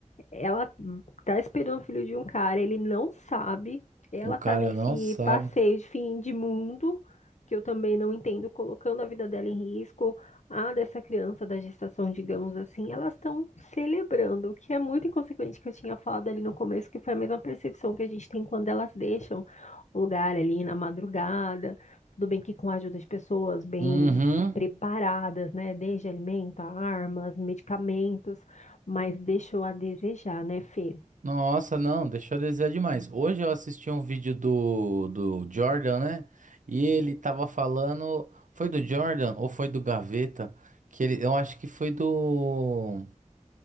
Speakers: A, on the left; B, on the right.
A: ela tá esperando o filho de um cara, ele não sabe, ela
B: O cara
A: tá nesse
B: não sabe.
A: passeio de fim de mundo, que eu também não entendo, colocando a vida dela em risco a dessa criança da gestação, digamos assim, elas estão celebrando, o que é muito inconsequente que eu tinha falado ali no começo, que foi a mesma percepção que a gente tem quando elas deixam o lugar ali na madrugada, tudo bem que com a ajuda de pessoas bem
B: Uhum.
A: preparadas, né, desde alimento, a armas, medicamentos, mas deixou a desejar, né, Fê?
B: Nossa, não, deixou a desejar demais. Hoje eu assisti um vídeo do, do Jordan, né? E ele tava falando. Foi do Jordan ou foi do Gaveta? Que ele, eu acho que foi do.